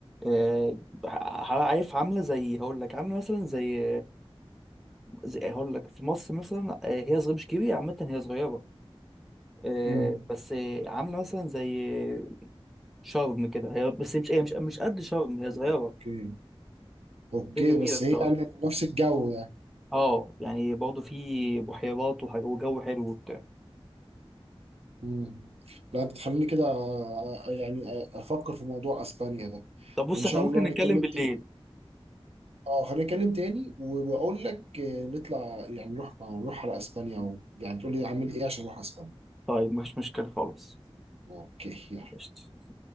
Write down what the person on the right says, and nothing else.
امم
اوكي اوكي
بس
هي يعني نفس الجو يعني
مم. لا بتخليني كده آه، آه، يعني آه، افكر في موضوع اسبانيا ده
ان شاء
الله
نتكلم
تاني اه خلينا نتكلم تاني وبقول لك آه، نطلع يعني نروح نروح على اسبانيا و... يعني تقول لي اعمل ايه عشان اروح اسبانيا
اوكي يلا